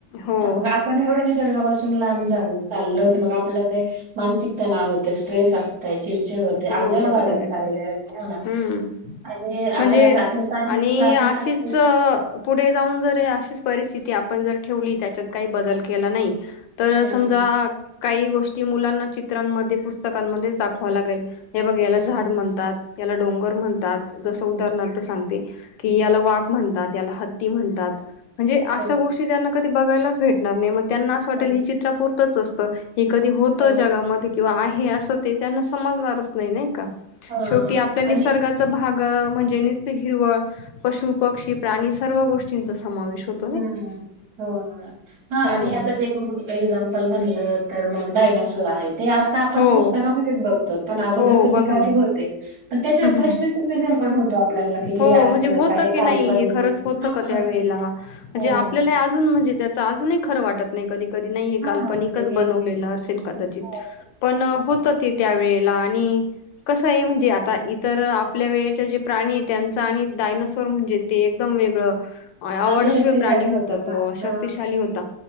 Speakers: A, on the left; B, on the right.
A: हो
B: मग, आपण एवढं निसर्गापासून लांब चालू चालल होत. मग, आपल्याला ते मानसिक तणाव होत स्ट्रेस असत. चिडचिड होते.
A: हो
B: आजार
A: बरोबर
B: वाढत
A: आहे
B: चालले
A: ना
B: त्या. ना
A: हम्म
B: आणि
A: म्हणजे
B: आपला अस आपलं सायन्स
A: आणि
B: असं
A: अशीच
B: सांगत
A: पुढे जाऊन जर अशीच परिस्थिती आपण जर ठेवली. त्याच्यात काही बदल केला नाही. तर
B: हम्म
A: समजा, काही गोष्टी मुलांना चित्रांमध्ये पुस्तकांमध्येच दाखवा लागेल. हे, बघ याला
B: हम्म
A: झाड म्हणतात. याला डोंगर म्हणतात. जस उदाहरणार्थ, सांगते की याला वाघ म्हणतात. याला ह हत्ती म्हणतात. म्हणजे? अशा
B: हो
A: गोष्टी त्यांना कधी बघायलाच भेटणार नाही. म त्यांना असं वाटेल.
B: हं,
A: हे चित्र पुरतच असतं. हे कधी होतं.
B: हो
A: जगामध्ये किंवा आहे. असं ते त्यांना समजणार नाही का,
B: हा
A: शेवटी
B: हा
A: आपला निसर्गात
B: आणि
A: भाग म्हणजे, निस्त हिरवळ पशु पक्षी, प्राणी सर्व गोष्टींचा समावेश होत.
B: हम्म... हो ना हा
A: हो
B: आणि आता जे एक्झाम्पल म्हणलं, तर मग डायनाॉसोर आहे. ते आता आपण
A: हो
B: पुस्तकामध्येच बघतो. पण, अगोदर
A: हो
B: कधी
A: बघा
B: काही
A: ना
B: होते. पण, त्याच्यावर
A: हम्म हम्म.
B: प्रश्नचिन्ह निर्माण होतो. आपल्याला कि, हे
A: हो
B: असल
A: म्हणजे होतं
B: का हे
A: की
B: काल्पनिक.
A: नाही हे खरंच होतं
B: हा.
A: का त्यावेेळेला म्हणजे?
B: हो
A: आपल्याला
B: ना
A: अजून म्हणजे? त्या अजूनही खरं वाटत नाही. कधी कधी नाही.
B: हा
A: काल्पनिकच
B: म्हणजे की
A: बनवले, असेल कदाचित,
B: हा
A: पण
B: हम्म.
A: ते त्या वेळेला आणि कसं आहे. म्हणजे? आता, इतर आपल्या वेळेचे जे प्राणी. त्यांचं आणि डायनासोर म्हणजे? ते एकदम वेगळं अवाढव्य
B: हा, ते शक्तिशाली
A: प्राणी होता.
B: होतं
A: तो
B: ना
A: शक्तिशाली
B: हा
A: होता.